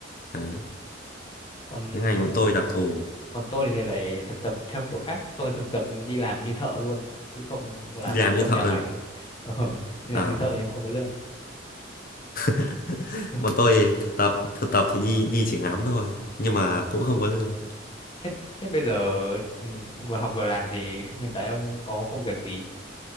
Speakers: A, on the left; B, on the left.
A: đấy
B: còn
A: cái ngành bọn tôi đặc thù
B: còn tôi thì lại thực tập theo kiểu khác tôi thực tập đi làm như thợ luôn chứ không làm
A: đi làm
B: <laughs>
A: như
B: trong
A: thợ
B: nhà máy
A: rồi
B: ờ, đi làm
A: à,
B: như thợ nhưng mà không có lương
A: <laughs>
B: <laughs> Ừ.
A: bọn tôi thực tập thực tập thì đi đi chỉ ngắm thôi nhưng mà cũng không có lương
B: thế thế bây giờ ừ, vừa học vừa làm thì hiện tại ông có công việc gì